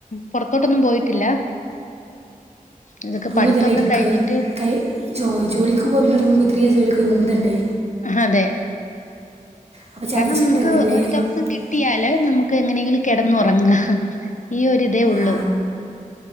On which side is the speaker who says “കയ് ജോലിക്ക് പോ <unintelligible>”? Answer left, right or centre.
Right